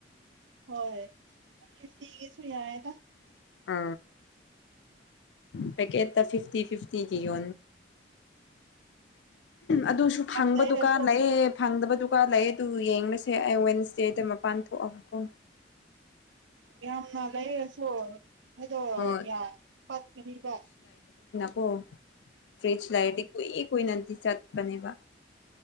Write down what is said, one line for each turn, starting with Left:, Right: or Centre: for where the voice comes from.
Right: ꯍꯣꯏꯇꯤꯒꯤꯁꯨ ꯌꯥꯑꯗ
Left: ꯑ ꯄ ꯀꯦ ꯐꯤꯐꯇꯤ ꯐꯤꯐꯇꯤꯣ ꯑꯗꯨꯁꯨ ꯐꯪꯕ
Right: ꯌꯥꯝ ꯂꯩꯔꯁꯨ
Left: ꯗꯨꯀꯥꯟ ꯂꯩꯌꯦ ꯐꯪꯗꯕ ꯗꯨꯀꯥꯟ ꯂꯩ ꯑꯗꯨ ꯌꯦꯡꯁꯦ ꯑꯩ ꯋꯦꯟꯁꯗꯦꯗ ꯃꯄꯥꯟ ꯊꯣꯛꯑꯕꯀꯣ
Right: ꯌꯥꯝꯅ ꯂꯩꯁꯨ ꯑꯗꯣ
Left: ꯍꯣꯏ
Right: ꯐꯠꯀꯅꯤꯕ
Left: ꯑꯣ ꯐ꯭ꯔꯤꯖ ꯂꯥꯏꯇꯦ ꯀꯏꯦ ꯀꯏꯅꯠꯇ ꯆꯠꯄꯅꯦꯕ